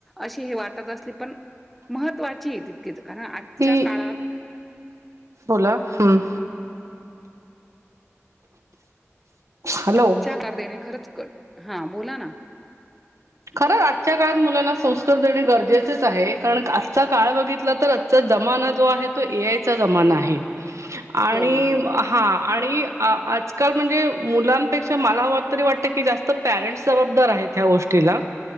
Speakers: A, in the centre; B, on the right.
A: अशी हे वाटत असली पण महत्त्वाची तितकीच कारण आजच्या
B: ती
A: काळात
B: बोला हम्म हॅलो
A: अच्छाकार देणे खरच क हां बोला ना
B: खरं आजच्या काळात मुलांना संस्कार देणे गरजेचेच आहे कारण आजचा काळ बघितला तर आजचं जमाना जो आहे तो ए आय जमाना आहे आणि
A: हो हो
B: हा आणि आ आजकाल म्हणजे मुलांपेक्षा मला तरी वाटतं की जास्त पॅरेंट्स जबाबदार आहेत. त्या गोष्टीला